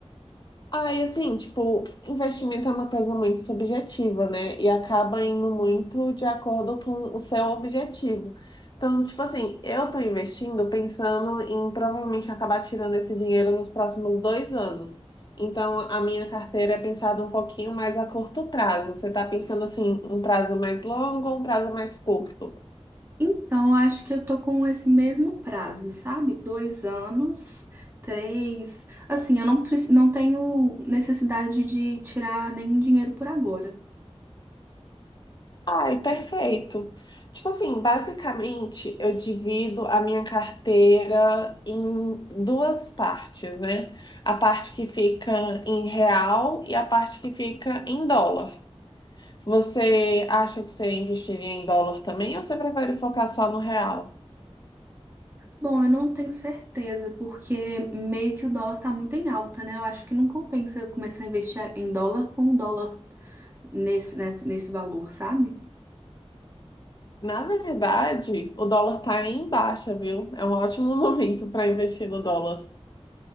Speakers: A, on the left (about 40°); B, on the right (about 20°).
A: Ah, e assim, tipo, investimento é uma coisa muito subjetiva, né? E acaba indo muito de acordo com o seu objetivo. Então, tipo assim, eu tô investindo pensando em provavelmente acabar tirando esse dinheiro nos próximos dois anos. Então, a minha carteira é pensada um pouquinho mais a curto prazo. Você tá pensando assim, um prazo mais longo ou um prazo mais curto?
B: Então, acho que eu tô com esse mesmo prazo, sabe? Dois anos, três. Assim, eu não, preci- não tenho necessidade de tirar nenhum dinheiro por agora.
A: Ai, perfeito. Tipo assim, basicamente eu divido a minha carteira em duas partes, né? A parte que fica em real e a parte que fica em dólar. Você acha que você investiria em dólar também ou você prefere focar só no real?
B: Bom, eu não tenho certeza, porque meio que o dólar tá muito em alta, né? Eu acho que não compensa eu começar a investir em dólar com o dólar nesse, nesse, nesse valor, sabe?
A: Na verdade, o dólar tá em baixa, viu? É um ótimo <laughs> momento para investir no dólar.